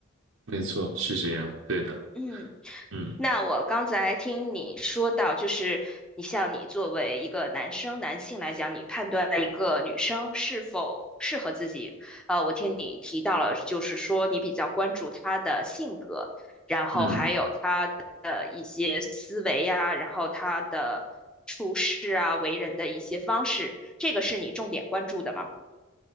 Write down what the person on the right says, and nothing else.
没错，是这样，对的，
嗯
嗯。